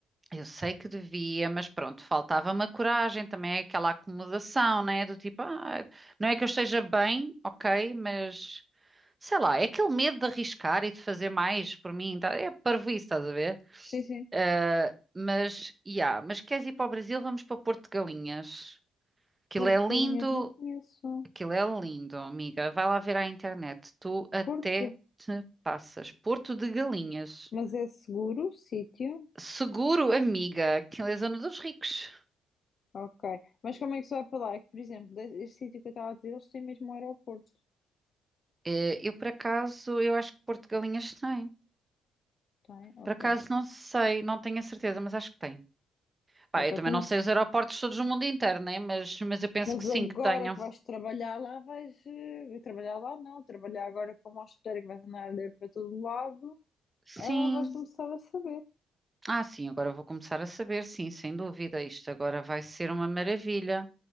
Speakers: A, on the right; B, on the left.
A: eu sei que devia, mas pronto, faltava-me a coragem, também é aquela acomodação, né? Do tipo, ah, não é que eu esteja bem, ok, mas sei lá, é aquele medo de arriscar e de fazer mais por mim, tá? É parvoíce, estás a ver?
B: Sim, sim.
A: Ah, mas, yeah, mas queres ir para o Brasil, vamos para Porto de Galinhas. Aquilo
B: Porto
A: é lindo,
B: Galinhas não conheço.
A: Aquilo é lindo, amiga. Vai lá ver à internet. Tu até
B: Porto Gal-
A: te passas. Porto de Galinhas.
B: Mas é seguro o sítio?
A: Seguro, amiga. Aquilo é a zona dos ricos.
B: Ok. Mas como é que se vai para lá? É que, por exemplo, de- este sítio que eu estava a dizer, eles têm mesmo um aeroporto.
A: Eh, Eu, por acaso, eu acho que Porto de Galinhas tem.
B: Tem? Ok.
A: Por acaso, não sei, não tenho a certeza, mas acho que tem. Pá,
B: Ok,
A: eu também
B: temos...
A: não sei os aeroportos todos no mundo inteiro, né? Mas, mas eu penso
B: Mas
A: que sim,
B: agora
A: que tenham.
B: que vais trabalhar lá, vais... eh, Trabalhar lá não. Trabalhar agora como hospedeira que vais andar a ler para todo lado,
A: Sim.
B: ah, vais começar a saber.
A: Ah, sim, agora vou começar a saber, sim, sem dúvida. Isto agora vai ser uma maravilha.